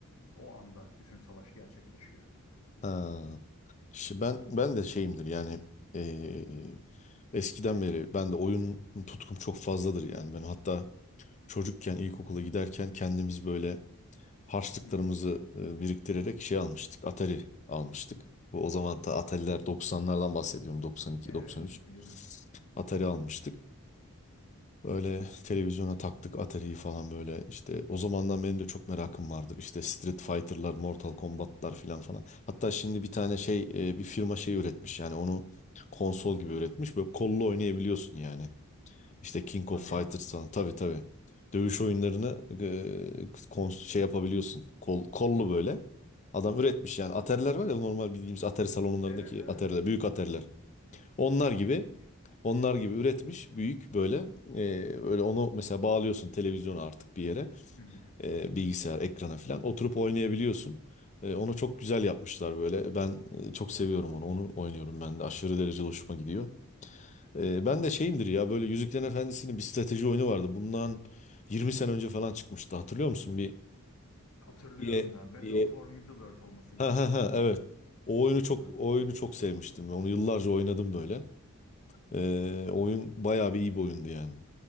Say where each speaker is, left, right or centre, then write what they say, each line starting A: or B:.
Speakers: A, on the left; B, on the left.
A: o anda bütün savaş gerçekleşiyor.
B: Ha. Şi- Ben ben de şeyimdir yani eee, eskiden beri ben de oyun tutkum çok fazladır yani ben hatta çocukken ilkokula giderken kendimiz böyle harçlıklarımızı
A: Hı hı.
B: e, biriktirerek şey almıştık Atari almıştık. Bu o zaman da Atari'ler 90'lardan bahsediyorum 92
A: Evet
B: 93
A: biliyorum.
B: Atari almıştık. Böyle televizyona taktık Atari'yi falan böyle işte o zamandan benim de çok merakım vardır. İşte Street Fighter'lar, Mortal Kombat'lar filan falan. Hatta şimdi bir tane şey e, bir firma şey üretmiş yani onu konsol gibi üretmiş. Böyle kollu oynayabiliyorsun yani. İşte King
A: Hadi
B: of
A: ya.
B: Fighters falan. Tabii tabii. Dövüş oyunlarını e, kons- şey yapabiliyorsun. Kol, kollu böyle. Adam üretmiş yani. Atari'ler var ya normal bildiğimiz Atari salonlarındaki
A: Evet evet.
B: Atari'ler, büyük Atari'ler. Onlar
A: Çok
B: gibi
A: iyiymiş.
B: onlar gibi üretmiş büyük böyle e, öyle onu mesela bağlıyorsun televizyona artık bir yere
A: Hı hı.
B: e, bilgisayar ekrana falan oturup oynayabiliyorsun. E, onu çok güzel yapmışlar böyle. Ben e, çok seviyorum onu. Onu oynuyorum ben de. Aşırı derecede hoşuma gidiyor. E, ben de şeyimdir ya böyle Yüzüklerin Efendisi'nin bir strateji oyunu vardı. Bundan 20 sene önce falan çıkmıştı. Hatırlıyor musun? Bir
A: Hatırlıyorum
B: bir-
A: ya. Battle
B: bir-
A: for Middle Earth olması
B: Ha
A: lazım
B: ha ha
A: dediğin
B: evet.
A: oyun.
B: O oyunu
A: Çok
B: çok
A: güzel oyun.
B: o oyunu çok sevmiştim. Onu yıllarca oynadım böyle. Ee, oyun bayağı bir iyi bir oyundu yani.